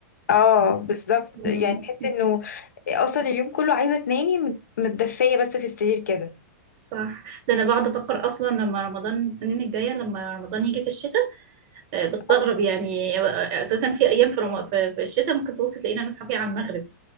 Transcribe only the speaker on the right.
مم.
صح ده انا بقعد افكر اصلا لما رمضان السنين الجايه لما رمضان يجي في الشتاء آه، بستغرب
يعني آه، اساسا في ايام في رم... في في الشتاء ممكن توصل تلاقينا نصحى فيها على المغرب